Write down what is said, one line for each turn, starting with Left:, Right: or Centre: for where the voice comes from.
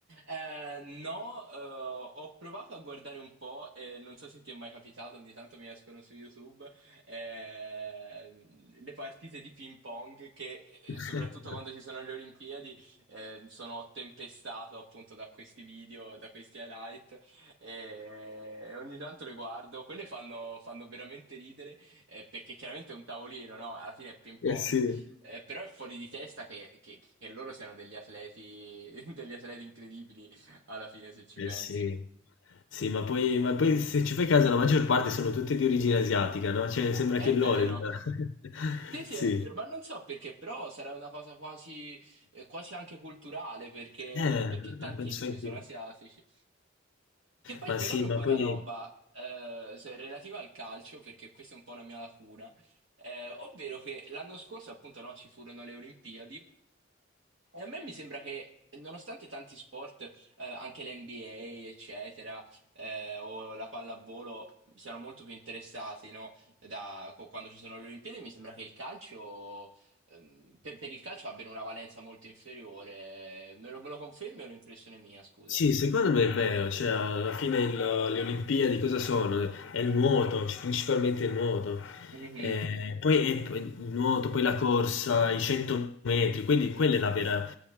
Right: Eh, no, eh, ho provato a guardare un po' e non so se ti è mai capitato, ogni tanto mi escono su YouTube eh, le partite di ping pong che,
Left: <laughs>
Right: eh, soprattutto quando ci sono le Olimpiadi, eh, sono tempestato appunto da questi video, da questi highlight e ogni tanto le guardo. Quelle fanno, fanno veramente ridere eh, perché chiaramente è un tavolino, no? Alla fine è ping pong.
Left: Eh sì,
Right: Eh, però è fuori di testa che, che- che loro siano degli atleti, <laughs> degli atleti incredibili alla fine, se ci
Left: eh
Right: pensi.
Left: sì. Sì, ma poi, ma poi se ci fai caso la maggior parte sono tutte di origine asiatica, no? Cioè sembra
Right: È
Left: che l'Orel...
Right: vero,
Left: <laughs>
Right: sì, sì,
Left: Sì.
Right: è vero, ma non so perché, però sarà una cosa quasi, eh, quasi anche culturale, perché,
Left: Eh,
Right: perché tantissimi
Left: la penso anch'io.
Right: sono asiatici. Che poi
Left: Ma
Right: spiegami
Left: sì,
Right: un
Left: ma
Right: po'
Left: poi...
Right: una roba, eh, se- relativa al calcio, perché questa è un po' una mia lacuna, eh, ovvero che l'anno scorso, appunto, no, ci furono le Olimpiadi. E a me mi sembra che, nonostante tanti sport, eh, anche l'NBA, eccetera, eh, o la pallavolo, siano molto più interessati, no? Da, co- quando ci sono le Olimpiadi, mi sembra che il calcio, ehm, per, per il calcio abbiano una valenza molto inferiore. Me lo, me lo confermi o è un'impressione mia, scusa?
Left: Sì, secondo me è vero, cioè alla fine il- le Olimpiadi cosa sono? È il nuoto, c- principalmente il nuoto,
Right: Mhm.
Left: Eh, poi è poi il nuoto, poi la corsa, i 100 metri, quindi quella è la vera...